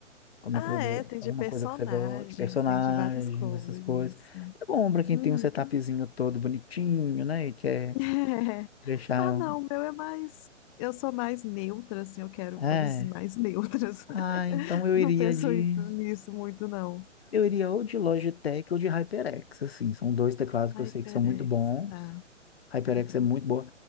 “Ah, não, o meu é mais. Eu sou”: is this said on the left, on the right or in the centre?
Left